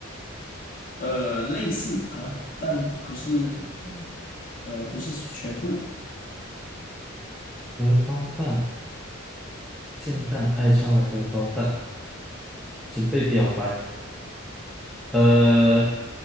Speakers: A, on the left (about 40°); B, in the centre.
A: 呃，类似啊，但不是，呃，不是全部。
B: 荷包蛋，煎蛋爱上了荷包蛋，准备表白。呃